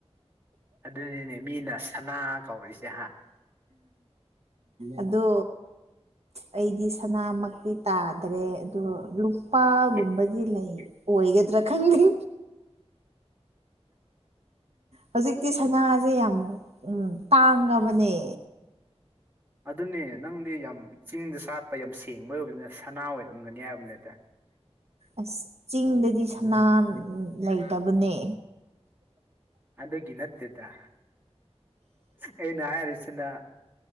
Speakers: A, on the right; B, on the right.
A: ꯑꯗꯨꯅꯤꯅꯦ ꯃꯤꯅ ꯁꯅꯥ ꯀꯧꯔꯤꯁꯦ ꯍꯥ
B: ꯑꯗꯣ ꯑꯩꯗꯤ ꯁꯅꯥꯃ ꯤ ꯇꯥꯗ꯭ꯔꯦ ꯑꯗꯣ ꯂꯨꯄꯥꯒꯨꯝꯕꯗꯤ
A: ꯑꯦ
B: ꯂꯩ ꯑꯣꯏ ꯏꯒꯗꯤ ꯔꯈꯟꯒꯤ ꯍꯧꯖꯤꯛꯇꯤ ꯁꯅꯥꯁꯦ ꯌꯥꯝ ꯎ ꯇꯥꯡꯉꯕꯅꯦ
A: ꯑꯗꯨꯅꯦ ꯅꯪꯗꯤ ꯌꯥꯝ ꯆꯤꯡꯗ ꯆꯥꯠꯄ ꯌꯥꯝ ꯁꯦꯡꯕ ꯑꯣꯏꯕꯅꯤꯅ ꯁꯅꯥ ꯑꯣꯏꯔꯝꯒꯅꯤ ꯍꯥꯏꯕꯅꯦꯗ
B: ꯑꯁ ꯆꯤꯡꯗꯗꯤ ꯁꯅꯥ ꯂꯩꯇꯕꯅꯦ
A: ꯑꯗꯨꯒꯤ ꯅꯠꯇꯦꯗ ꯑꯩꯅ ꯍꯥꯏꯔꯤꯁꯤꯅ